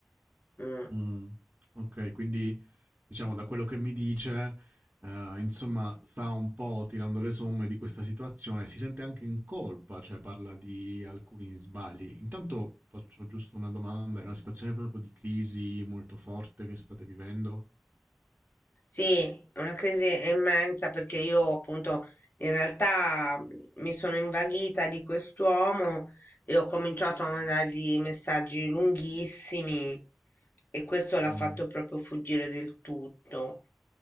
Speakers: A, on the left; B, on the right.
A: Mm.
B: Mh, okay, quindi diciamo da quello che mi dice, ehm, insomma sta un po' tirando le somme di questa situazione, si sente anche in colpa, cioè parla di alcuni sbagli. Intanto faccio giusto una domanda, è una situazione proprio di crisi molto forte che state vivendo?
A: Sì, è una crisi immensa perché io appunto in realtà mh, mi sono invaghita di quest'uomo e ho cominciato a mandargli messaggi lunghissimi e questo
B: Mh.
A: l'ha fatto proprio fuggire del tutto.